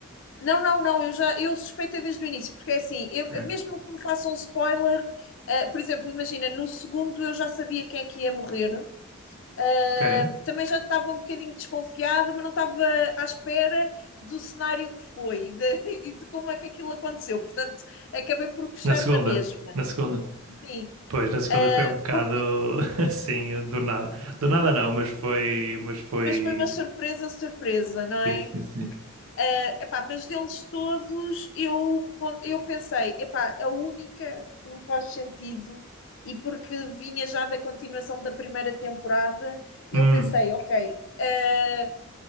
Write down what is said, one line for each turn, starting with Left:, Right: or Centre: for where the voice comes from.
Left: Não, não, não, eu já eu suspeitei desde o início, porque é assim, eu-
Right: Ok.
Left: mesmo que me façam um spoiler, ah, por exemplo, imagina, no segundo eu já sabia quem é que ia morrer, Uh,
Right: Ok.
Left: também já estava um bocadinho desconfiada, mas não estava à espera do cenário que foi de- <laughs> e de como é que aquilo aconteceu. Portanto, acabei por gostar
Right: Na segunda,
Left: na mesma.
Right: na segunda.
Left: Sim,
Right: Pois, na segunda
Left: uh,
Right: foi um bocado
Left: porque,
Right: <laughs> assim, do nada. Do nada não, mas foi, mas foi.
Left: mas foi uma surpresa, surpresa, não é?
Right: Sim, sim, sim.
Left: Uh, epá, mas deles todos, eu, pon- eu pensei, epá, a única que me faz sentido, e porque vinha já da continuação da primeira temporada, eu
Right: Hum,
Left: pensei, ok. uh,